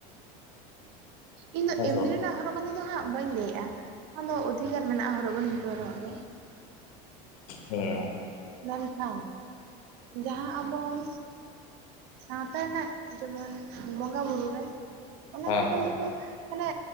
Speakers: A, on the right; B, on the left.
A: ᱤᱧ ᱫᱚ
B: ᱦᱮᱸ
A: ᱮᱢᱱᱤ
B: ᱥᱮ
A: ᱨᱮᱱᱟᱜ ᱦᱚᱨᱚᱜ ᱵᱟᱸᱫᱮ ᱫᱚ ᱦᱟᱸᱜ ᱵᱟᱹᱧ ᱞᱟᱹᱭᱮᱜᱼᱟ, ᱟᱫᱚ ᱚᱫᱷᱤᱠᱟᱨ ᱢᱮᱱᱟᱜᱼᱟ ᱦᱚᱨᱚᱜ ᱵᱟᱸᱫᱮ ᱡᱷᱚᱛᱚ ᱦᱚᱲᱟᱜ ᱜᱮ᱾
B: ᱦᱩᱸ᱾
A: ᱢᱮᱱᱠᱷᱟᱱ, ᱡᱟᱦᱟᱸ ᱟᱵᱚᱱ ᱥᱟᱶᱛᱟ ᱨᱮᱱᱟᱜ ᱡᱮᱢᱚᱱ ᱵᱚᱸᱜᱟ ᱵᱩᱨᱩ ᱨᱮ ᱚᱱᱟ
B: ᱦᱮᱸ ᱦᱮᱸ
A: ᱠᱚᱫᱚ ᱦᱚᱭ ᱛᱚ ᱢᱟᱱᱮ